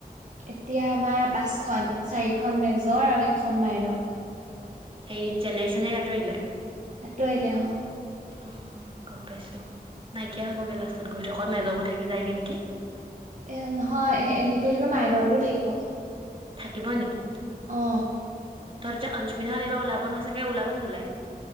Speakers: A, on the right; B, on the right.
A: এতিয়া আমাৰ পাঁচখন, চাৰিখন মেজৰ আৰু এখন মাইনৰ।
B: সেই জেনাই চেনাই আঁতৰিলে
A: আঁতৰিলে অঁ
B: অ, গম পাইছো, নাইকিয়া হ'বগে লাষ্টত গৈ অকল মেজৰবোৰ থাকি যায়গে নেকি?
A: এ নহয় এ এনে পি হেনো মাইনৰতটোও থাকিব
B: থাকিব নি তহঁতৰ
A: অ
B: যে অনশুমিতাহঁত এইবাৰ ওলাব নহয় চাগে ওলাব নোলায়?